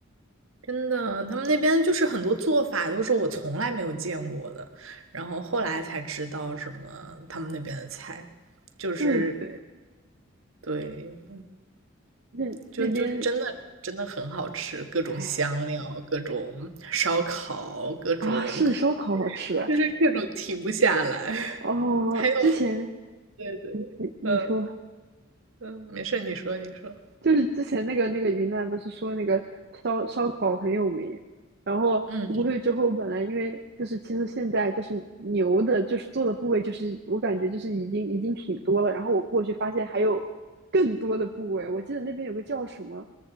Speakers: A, on the right (about 80°); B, on the right (about 55°).
A: 真的，他们那边就是很多做法都是我从来没有见过的，然后后来才知道什么他们那边的菜，就是
B: 对对对，
A: 对，
B: 那那边，
A: 就就真的真的很好吃，各种香料，
B: 哎，
A: 各种烧烤，各种
B: 啊，是烧烤好吃
A: 就是各种停不下来。<laughs>
B: 哦。
A: 还有，
B: 之前
A: 对对，
B: 你你说，
A: 嗯嗯，没事，你说你说，
B: 就是之前那个那个云南不是说那个烧烧烤很有名，然后我过去之后本来因为就是其实现在就是牛的，
A: 嗯
B: 就是做的部位就是我感觉就是已经已经挺多了，然后我过去发现还有更多的部位，我记得那边有个叫什么